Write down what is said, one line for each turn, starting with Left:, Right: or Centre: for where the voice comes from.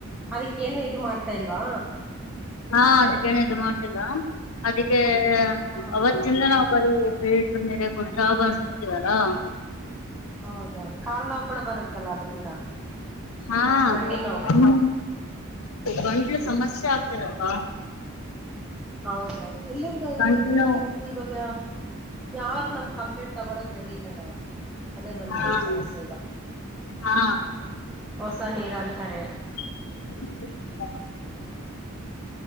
Centre: ಅದಕ್ಕೇನು ಇದು ಮಾಡ್ತಾ ಇಲ್ವಾ.
Left: ಹಾ ಅದಕ್ಕೇನ ಇದು ಮಾಡ್ತಿಲ್ಲ ಅದಕ್ಕೆ
Centre: ಹ್ಮ
Left: ಅವತ್ತಿಂದ ನಾವು ಬರೀ. ಫಿಲ್ಟ್ರ ನೀರೆ ಕುಡ್ತಾ ಬರ್ತಿದೀವಲ್ಲಾ.
Centre: ಹೌದೌದು ಕಾಲು ನೋವು ಕೂಡ ಬರುತ್ತಲ್ಲ ಅದ್ರಿಂದ.
Left: ಹಾ
Centre: ಮಂಡಿ ನೋವು
Left: ಇದು ಗಂಟ್ಲ ಸಮಸ್ಯೆ ಆಗ್ತದ ಅಲ್ವಾ.
Centre: ಹೌದೌದು ಎಲ್ಲರಿಗೂ ಹಂಗೆ
Left: ಗಂಟ್ಲು
Centre: ಇದ್ದವಿವತ್ತ ಇವಾಗ. ಯಾರ್ ನಮ್ ಕಂಪ್ಲೇಂಟ್ ತಗೊಳಕ್ ರೆಡಿ ಇಲ್ಲಲಾ. ಅದೇ ಬಂದಿದೆ
Left: ಹಾಂ
Centre: ಈ ಸಮಸ್ಯೆ ಈಗ
Left: ಹಾಂ
Centre: ಹೊಸ ನೀರು ಅಂತಾರೆ.
Left: ಹ <unintelligible>